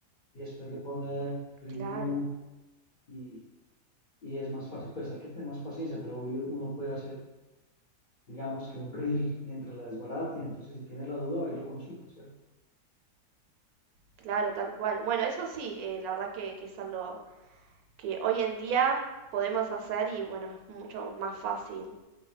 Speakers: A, on the left; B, on the right.
A: y después le pone review
B: Claro,
A: y, y es más fácil. Pues hay que tener más paciencia, pero obvio uno puede hacer, digamos que un reel mientras la desbarata y entonces si tiene la duda, ahí lo consulta, ¿cierto?
B: claro, tal cual. Bueno, eso sí, eh, la verdad que, que es algo que hoy en día podemos hacer y bueno, es mucho más fácil.